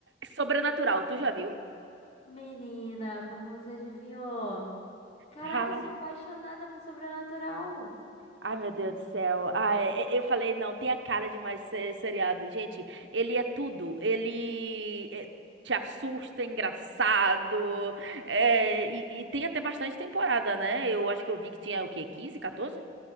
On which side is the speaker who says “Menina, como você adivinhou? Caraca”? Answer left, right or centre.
Left